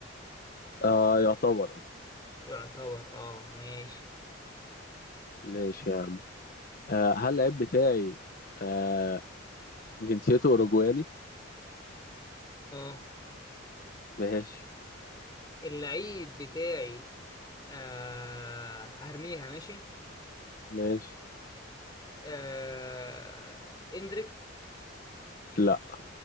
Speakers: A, on the left; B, on the left.
A: آه يعتبر اه
B: يعتبر اه ماشي
A: ماشي يا عم آه هل اللعيب بتاعي آه جنسيته أوروجواني؟
B: اه
A: ماشي
B: اللعيب بتاعي آه هرميها ماشي
A: ماشي
B: آه اندريك
A: لا